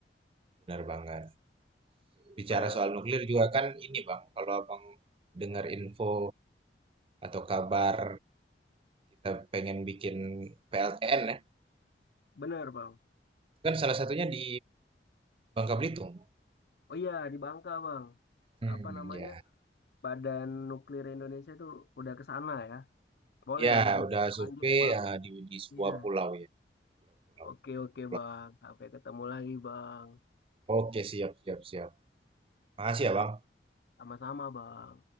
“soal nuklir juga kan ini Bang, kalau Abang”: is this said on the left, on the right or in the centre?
Right